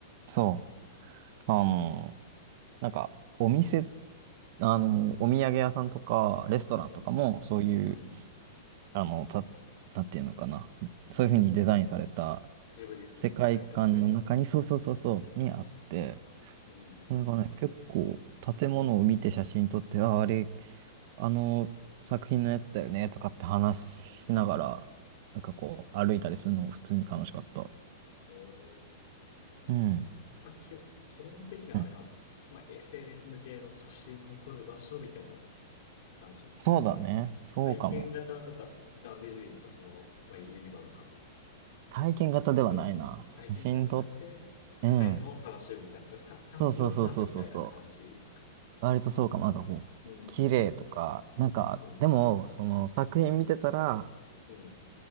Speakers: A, on the right (about 40°); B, on the left (about 50°).
A: う。そう。あの、
B: うん。
A: なんか、お店、あの、お土産屋さんとか、レストランとかも、
B: うん。
A: そういう、
B: うん、
A: あの、た、なんていうのかな。そういうふうにデザインされた
B: ジブリ風の世界観で、
A: 世界観の中に、そうそうそうそう、にあって、
B: うん。
A: それがね、結構建物を見て写真撮って、あ、あれ、あの作品のやつだよねとかって話しながら、なんかこう歩いたりするのも普通に楽しかった。
B: ええ、
A: うん。
B: まあ、基本、基本的にはあれなんですよ。
A: うん
B: まあ、SNS 向けの写真を撮る場所みたいな感じ。
A: そうだね。そうかも。
B: 体験型とか、あのディズニーとか、その、まあ、ユニバとか、
A: 体験型ではないな。
B: なって、体験型方ゃなくて、
A: 写真撮って
B: 世界観を楽しむみたいな、
A: うん。
B: サ、サンリオパークみたいな感じか。
A: そうそうそうそうそうそう。割とそうかも。なんかこう、
B: うん、
A: 綺麗とか、なんか、
B: うん、
A: でも、その作品見てたら、
B: うん。